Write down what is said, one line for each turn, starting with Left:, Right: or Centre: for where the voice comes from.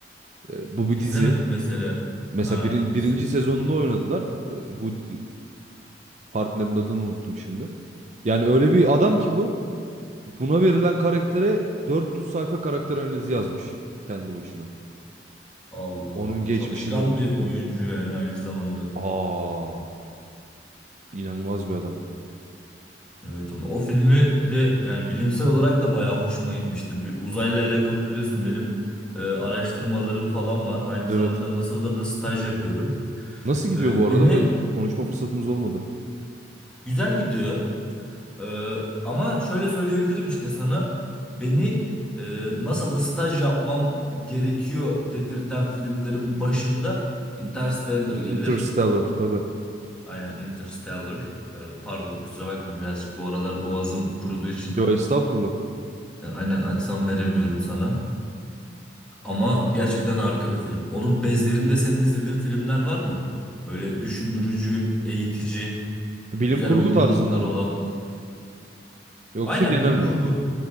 Right: E, Bu bir
Centre: İzlemedim
Right: dizi.
Centre: mesela.
Right: Mesela
Centre: Ha
Right: bir,
Centre: dizi.
Right: birinci sezonunda oynadılar. E, Bu Partnerin adını unuttum şimdi. Yani öyle bir adam ki bu. Buna verilen karaktere 400 sayfa karakter analizi yazmış kendi başına.
Centre: Allah
Right: Onun
Centre: Allah.
Right: geçmişini
Centre: Çalışkan
Right: oluşturmuş.
Centre: bir oyuncu yani aynı zamanda.
Right: Aa, inanılmaz bir adam.
Centre: Evet ama o filmi bir de yani bilimsel olarak da bayağı hoşuma gitmişti. Bir uzayla alakalı biliyorsun benim e, araştırmalarım falan var. Aynı
Right: Evet.
Centre: zamanda NASA'da da staj yapıyorum.
Right: Nasıl gidiyor
Centre: E,
Right: bu arada?
Centre: beni
Right: Böyle konuşma fırsatımız olmadı.
Centre: güzel gidiyor. Ee, ama şöyle söyleyebilirim işte sana beni e, NASA'da staj yapmam gerekiyor dedirten filmlerin başında Interstellar gelir.
Right: Interstellar tabii.
Centre: Aynen Interstellar. Ee, pardon kusura bakma birazcık bu aralar boğazım kuruduğu için
Right: Yo estağfurullah.
Centre: e, aynen aksan veremiyorum sana. Ama gerçekten harika bir film. Onun bezlerinde senin izlediğin filmler var mı? Böyle düşündürücü, eğitici,
Right: E, Bilim
Centre: güzel
Right: kurgu
Centre: oyunculuklar
Right: tarzında mı?
Centre: olan.
Right: Yoksa
Centre: Aynen
Right: genel
Centre: bilim
Right: mi?
Centre: kurgu.